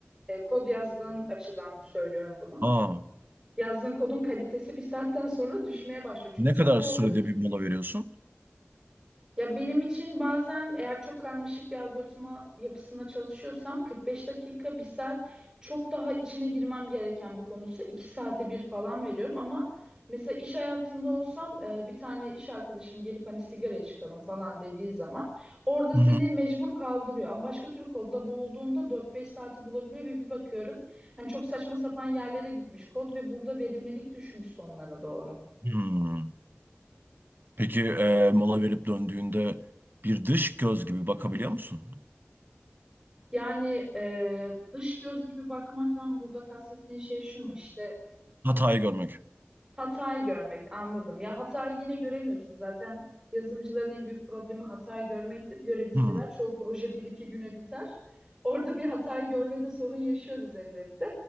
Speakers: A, on the right (about 20°); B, on the right (about 50°).
A: e, kod yazdığın açıdan söylüyorum bunu.
B: Aa
A: Yazdığın kodun kalitesi bir saatten sonra düşmeye başlıyor. Çünkü
B: Ne
A: çok
B: kadar
A: boğuluyorsun.
B: sürede bir mola veriyorsun?
A: Ya benim için bazen eğer çok karmaşık bir algoritma yapısında çalışıyorsam 45 dakika, bir saat çok daha içine girmem gereken bir konuysa 2 saate bir falan veriyorum. Ama mesela iş hayatında olsam e, bir tane iş arkadaşım gelip hani sigaraya çıkalım falan dediği zaman orada seni
B: Hı hı.
A: mecbur kaldırıyor. Ama başka türlü kodda boğulduğunda 4-5 saati bulabiliyor ve bir bakıyorum hani çok saçma sapan yerlere gitmiş kod ve burada verimlilik düşmüş sonlara doğru.
B: Hmm. Peki e, mola verip döndüğünde bir dış göz gibi bakabiliyor musun?
A: Yani e, dış göz gibi bakmaktan burada kastettiğin şey şu mu? İşte
B: Hatayı görmek.
A: Hatayı görmek anladım. Ya hatayı yine göremiyorsun. Zaten yazılımcıların en büyük problemi hatayı görmektir. Görebilseler
B: Hmm.
A: çoğu proje bir iki güne biter. Orada bir hatayı görmede sorun yaşıyoruz elbette.